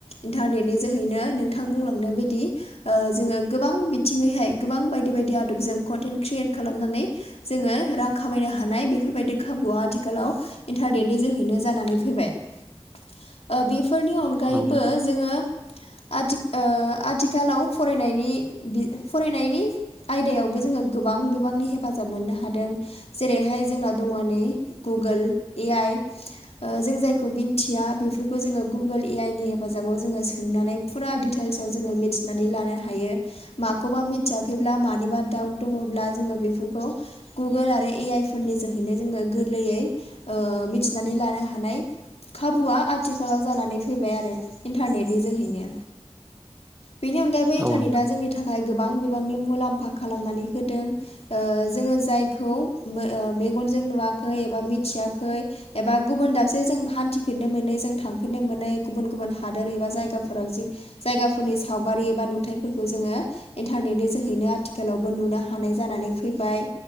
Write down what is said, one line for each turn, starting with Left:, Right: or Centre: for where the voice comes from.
Left: इन्टारनेटनि जोहैनो नोंथां बुंलांनाय बायदि ओ जोङो गोबां बिथिङैहाय गोबां बायदि बायदि आदबजों कन्टेन्ट क्रियेट खालामनानै जोङो रां खामायनो हानाय बेफोरबायदि खाबुआ आथिखालाव इन्टारनेटनि जोहैनो जानानै फैबाय ओ बेफोरनि अन गायैबो
Right: औ नोंथां
Left: जोङो आथि ओ आथिखालाव फरायनायनि बि फरायनायनि आयदायावबो जोङो गोबां बिबांनि हेफाजाब मोननो हादों। जेरैहाय जोंना दङ नै गुगोल ए आइ जों जायखौ मिथिया बेफोरखौ जोङो गुगोल ए आइ नि हेफाजाबाव जोङो सोंनानै फुरा डिटेल्साव जोङो मिथिनानै लानो हायो माखौबा मिथियाखैब्ला मानिबा डाउट दङब्ला जोङो बेफोरखौ गुगोल आरो ए आइ फोरनि जोहैनो जोङो गोरलैयै ओ मिथिनानै लानो हानाय खाबुआ आथिखालाव जानानै फैबाय आरो इन्टारनेटनि जोहैनो। बेनि अनगायैबो इन्टारनेटआ
Right: औ नोंथां
Left: जोंनि थाखाय गोबां बिबांनि मुलाम्फा खालामनानै होदों। ओ जोङो जायखौ मेगनजों नुवाखै एबा मिथियाखै एबा गुबुन दाबसे जों हान्थिफिननो मोनै जों थांफेरनो मोनै गुबुन गुबुन हादोर एबा जायगाफोराव जे जायगाफोरनि सावगारि एबा नुथायफोरखौ जोङो इन्टारनेटनि जोहैनो आथिखालावबो नुनो हानाय जानानै फैबाय,